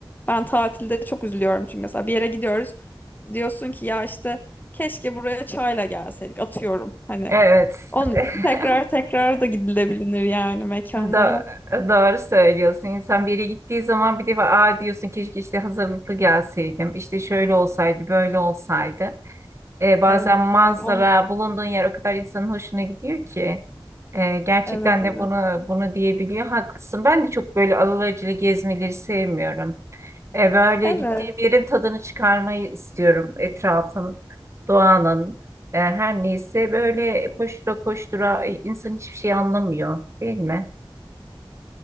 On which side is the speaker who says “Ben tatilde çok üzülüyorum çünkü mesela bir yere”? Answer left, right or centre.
Left